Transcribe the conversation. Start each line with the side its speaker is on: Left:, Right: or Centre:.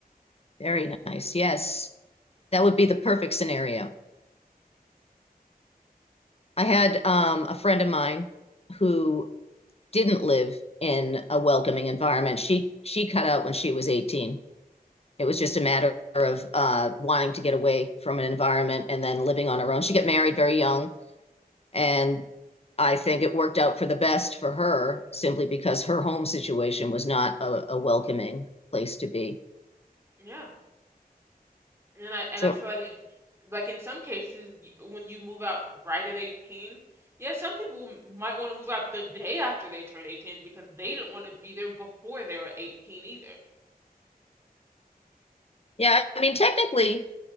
Left: Very nice. Yes. That would be the perfect scenario. I had um, a friend of mine who didn't live in a welcoming environment. She she cut out when she was 18 It was just a matter of uh, wanting to get away from an environment and then living on her own. She got married very young, and I think it worked out for the best for her simply because her home situation was not a, a welcoming place to be.
Right: Yeah. And I and
Left: So,
Right: I feel like like like in some cases y- when you move out right at 18, yeah, some people m- might want to move out the day after they turn 18 because they didn't want to be there before they were 18 either.
Left: yeah, I mean, technically,